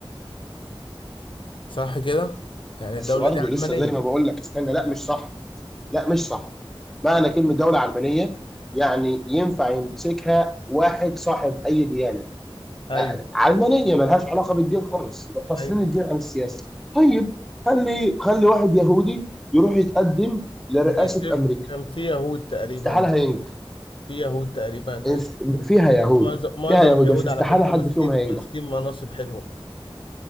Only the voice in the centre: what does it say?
بس
برضه
لسه زي ما بقول لك استنى لا مش صح لا مش صح معنى كلمة دولة علمانية يعني ينفع يمسكها واحد صاحب أي ديانة
آه، علمانية ملهاش علاقة بالدين خالص مفصلين
الدين عن السياسة طيب خلي خلي واحد يهودي يروح يتقدم لرئاسة
أمريكا
استحالة هينجح
است- فيها يهود
فيها يهود
بس استحالة
حد
فيهم هينجح